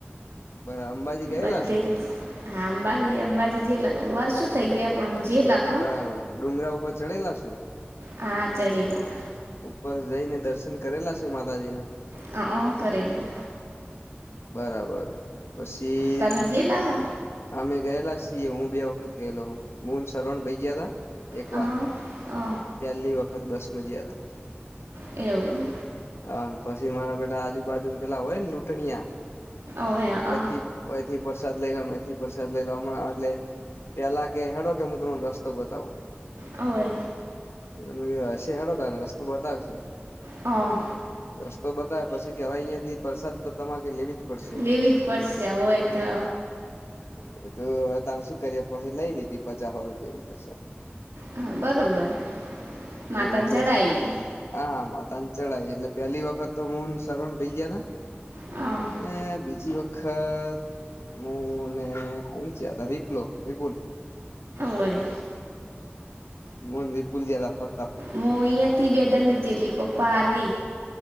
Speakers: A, on the left; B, on the right.
A: બરા અંબાજી ગયેલા
B: બધે
A: છો?
B: જ હા અંબાજી અંબાજી જેલા વર્ષો થઇ ગયા પણ જેલા કોણ
A: બરાબર ડુંગરા ઉપર ચડેલા છો?
B: હા ચડેલા
A: ઉપર જઈને દર્શન કરેલા છે, માતાજીના
B: હ કરેલા.
A: બરાબર પછી
B: તમે જેલા હો
A: અમે ગયેલા છીએ હું બે વખત ગયેલો હું મુન શ્રવણભાઈ જ્યાં તા. એક
B: અ
A: વાર
B: અ
A: પહેલી વખત બસ મ જયા હતા.
B: એવું એમ.
A: હ પછી મારા બેટા આજુબાજુ પેલા હોય ને લૂટણીયા,
B: ઓવે
A: ઓયથી
B: અ
A: ઓયથી પરસાદ લઈ લો ન ઓયથી પરસાદ લઈ લો આમાં એટલે પેલા કે હેડો કે મુ તમન રસ્તો બતાવું.
B: ઓવે.
A: મેં કીધું હસે હેડો તાણ રસ્તો બતાવશે.
B: હા.
A: રસ્તો બતાવે પછી કેવાય અહીંયા થી પરસાદ તો તમારે લેવી જ પડશે
B: લેવી જ પડશે હોય તો.
A: કીધું હવે તાણ શું કરીએ પછી લઈ લીધી પચાસ હો રૂપિયાની પરસાદ.
B: હા બરોબર મતાન
A: હમ એટલે
B: ચડાઈ.
A: હા માતાન ચઢાઈ એટલે પેલી વખત તો મુ ન સરવણભઇ જ્યાં તા.
B: હા
A: ને બીજી વખ ખત મુ ને કૂણ જ્યાં તા વિપલો વિપુલ.
B: હોય
A: મુન વિપુલ જ્યાં તા ફર
B: મુ ઈયથી બે દન ની જેેલી પપ્પા હારે.